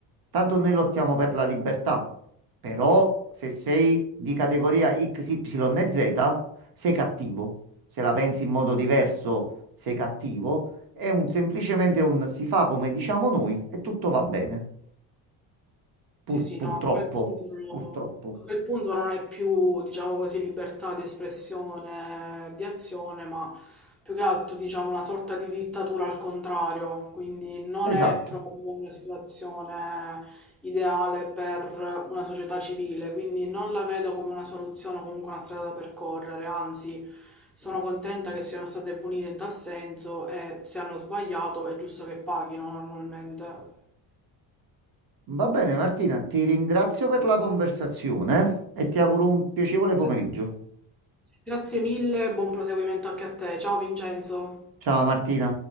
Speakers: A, on the right; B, in the centre.
A: tanto noi lottiamo per la libertà. Però se sei di categoria X, Y e Z, sei cattivo. Se la pensi in modo diverso, sei cattivo. È un, semplicemente un si fa come diciamo noi e tutto va bene. Pur-
B: Sì, sì,
A: purtroppo,
B: no, a quel punto non,
A: purtroppo.
B: a quel punto non è più, diciamo così, libertà di espressione, di azione, ma più che altro, diciamo, una sorta di dittatura al contrario, quindi non
A: Esatto.
B: è proprio una situazione ideale per una società civile, quindi non la vedo come una soluzione o comunque una strada da percorrere, anzi, sono contenta che siano state punite in tal senso e se hanno sbagliato è giusto che paghino normalmente.
A: Va bene, Martina, ti ringrazio per la conversazione e ti auguro un piacevole pomeriggio.
B: Se- Grazie mille, buon proseguimento anche a te. Ciao Vincenzo.
A: Ciao Martina.